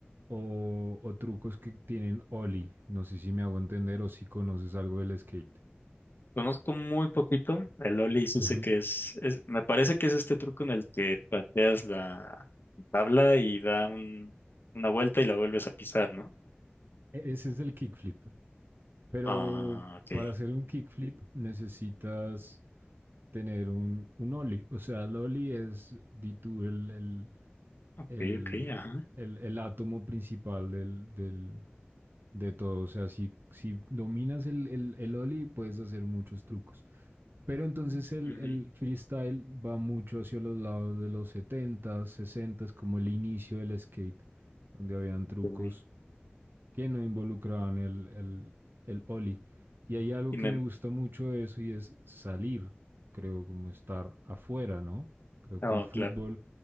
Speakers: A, on the right; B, on the left.
A: o, o trucos que tienen ollie. No sé si me hago entender o si conoces algo del skate.
B: Conozco muy poquito. El Ollie sí
A: Ujú.
B: sé que es, es- me parece que es este truco en el que pateas la tabla y da un, una vuelta y la vuelves a pisar, ¿no?
A: E- Ese es el kickflip. Pero
B: Ah, ok.
A: para hacer un kickflip necesitas tener un, un ollie. O sea, el ollie es, di tú, el, el,
B: Ok,
A: el,
B: ok, ajá.
A: el- el átomo principal del, del- de todo. O sea, si, si dominas el, el, el ollie, puedes hacer muchos trucos. Pero
B: Mm,
A: entonces el,
B: ujú,
A: el freestyle va mucho hacia los lados de los setentas, sesentas, como el inicio del skate, donde habían trucos
B: ok.
A: que no involucraban el, el, el Oli. Y hay algo
B: Y
A: que
B: me,
A: me gusta mucho de eso y es salir, creo, como estar afuera, ¿no? Creo
B: oh,
A: que el fútbol
B: claro.